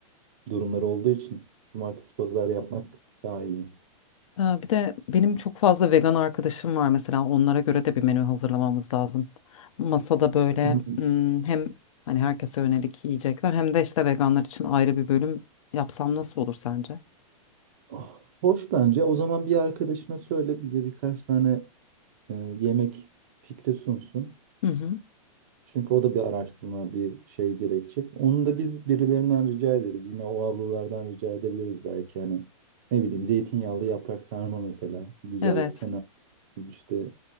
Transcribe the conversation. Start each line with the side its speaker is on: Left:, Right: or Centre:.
Right: durumları olduğu için cumartesi pazar yapmak daha iyi.
Left: Ee, Bir de benim çok fazla vegan arkadaşım var mesela onlara göre de bir menü hazırlamamız lazım. Masada böyle
Right: Hmm.
Left: hmm, hem hani herkese yönelik yiyecekler hem de işte veganlar için ayrı bir bölüm yapsam nasıl olur sence?
Right: Ah, Hoş bence. O zaman bir arkadaşına söyle bize birkaç tane e, yemek fikri sunsun.
Left: Hı hı.
Right: Çünkü o da bir araştırma, bir şey gerekecek. Onu da biz birilerinden rica ederiz. Yine o ablalardan rica edebiliriz belki. Hani ne bileyim zeytinyağlı yaprak sarma mesela. Güzel
Left: Evet.
Right: kenar işte